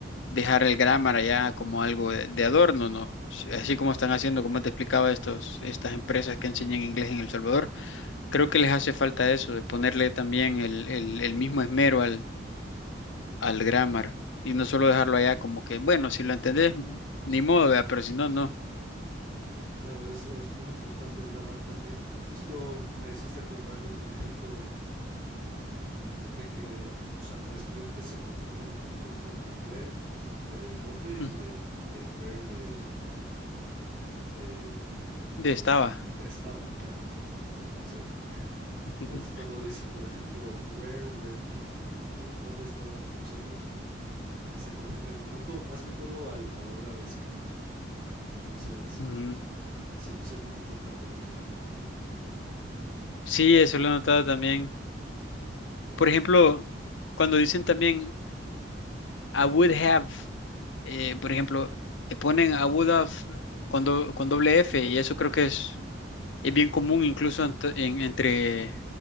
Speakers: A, on the left; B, on the right.
A: dejar el grammar allá como algo de, de adorno, ¿no? Si- Así como están haciendo, como te explicaba, estos, estas empresas que enseñan inglés en El Salvador, creo que les hace falta eso, de ponerle también el, el, el mismo esmero al, al grammar y no solo dejarlo allá como que, bueno, si lo entendés, ni modo, ¿verdad? Pero si no, no.
B: Claro, es, es muy importante el grammar también. Justo me hiciste acordar de un ejemplo de, de que, o sea, mis estudiantes se confunden un montón con el where de dónde y
A: Ujú.
B: el, y el where de, de, mm,
A: De estaba.
B: de estaba, claro. Entonces, entonces,
A: Ujú.
B: cuando dicen, por ejemplo, where were we, ¿no? Como en dónde estábamos nosotros, se confunden un mundo, más que todo al- a la hora de escribir. Entonces,
A: Ujú.
B: sí, sí es muy importante el grammar también.
A: Sí, eso lo he notado también. Por ejemplo, cuando dicen también I would have, eh, por ejemplo, eh, ponen I would have con, do- con doble F y eso creo que es,
B: Ujú,
A: es bien
B: ujú.
A: común incluso ent- en- entre